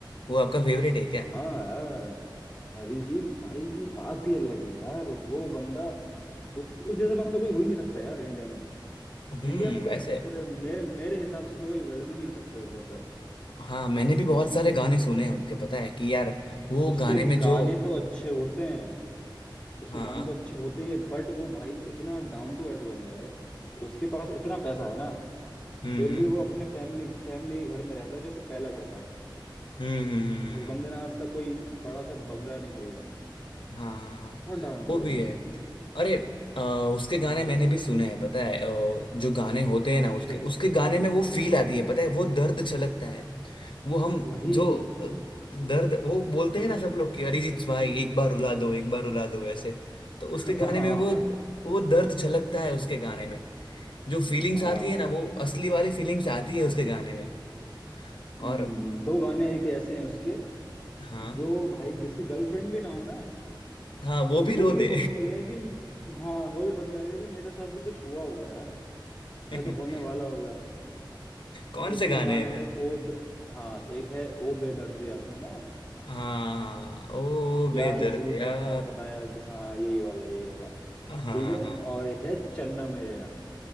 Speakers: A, on the left; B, on the left.
A: वो आपका फेवरेट है क्या
B: हाँ यार अरिजीत भाई की बात ही अलग है यार वो बंदा उस उस जैसे बंदा कोई हो ही नहीं सकता यार इंडिया में
A: हम्म
B: इंडिया में क्या
A: वैसे
B: पूरे मेरे मेरे हिसाब से तो कोई वर्ल्ड में नहीं हो सकता उस जैसा
A: हाँ मैंने भी बहुत सारे गाने सुने हैं उनके पता है कि यार वो
B: उसके
A: गाने में
B: गाने
A: जो
B: तो अच्छे होते हैं उसके
A: हाँ
B: गाने तो अच्छे होते ही है बट वो भाई इतना डाउन टू अर्थ बंदा है उसके पास इतना पैसा है ना
A: हम्म
B: फिर
A: हम्म
B: भी
A: हम्म
B: वो अपने फैमिली फैमिली के घर में रहता है जो उसका पहला घर था
A: हम्म, हम्म, हम्म,
B: उस
A: हम्म।
B: बंदे ने आज तक कोई बड़ा सा बंगला नहीं खरीदा
A: हाँ हाँ, हाँ,
B: बहुत डाउन
A: वो
B: टू अर्थ
A: भी
B: बंदा
A: है
B: है
A: अरे अ, उसके गाने मैंने भी सुने हैं पता है अ, जो गाने होते हैं ना
B: अच्छा
A: उसके उसके गाने में वो फील आती है पता है वो दर्द छलकता है वो हम
B: वही
A: जो अ, दर्द वो बोलते हैं ना सब लोग कि अरिजीत भाई एक बार रुला दो एक बार रुला दो ऐसे तो
B: <laughs>
A: उसके गाने
B: हाँ
A: में वो वो दर्द छलकता है उसके गाने में जो फीलिंग्स
B: हाँ
A: आती है ना वो असली वाली फीलिंग्स आती है उसके गाने में और
B: हम्म, दो गाने एक ऐसे हैं उसके
A: हाँ
B: जो भाई जिसकी गर्लफ्रेंड भी ना हो ना
A: हाँ वो
B: तो
A: भी
B: वो
A: रो
B: भी ये
A: दे
B: सोचने लगेगा कि हाँ वो भी सोचने लगेगा कि मेरे साथ भी कुछ हुआ होगा यार या तो
A: <laughs>
B: होने
A: <laughs>
B: वाला होगा
A: कौन
B: एक
A: से
B: तो
A: गाने
B: गाना
A: हैं
B: है ओ बे- हाँ एक है ओ बेदर्दिया सुना है?
A: हाँ ओ
B: प्यार
A: बेदर्द
B: झूठा
A: यार
B: था बताया कि हाँ यही वाला यही वाला
A: हाँ हाँ
B: ठीक है
A: हाँ
B: और एक है चन्ना मेरेया